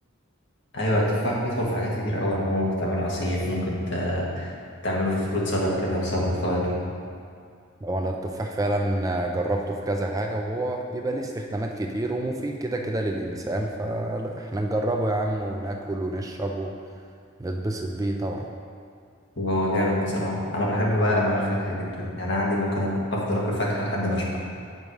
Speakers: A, on the left; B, on the right.
A: أيوة التفاح بيدخل في حاجات كتير أوي عموما ممكن تعمله عصير ممكن ت- تعمله في فروت سالاد كده في سلطة فواكه
B: هو انا التفاح فعلا جربته في كذا حاجة وهو بيبقى ليه استخدامات كتير ومفيد كده كده للإنسان فلا احنا نجربه يا عم وناكل ونشرب ونتبسط بيه طبعا
A: هو جامد بصراحة أنا بحب بقى أنواع الفاكهة جدا يعني أنا عندي ممكن أك- أفضل آكل فاكهة لحد ما أشبع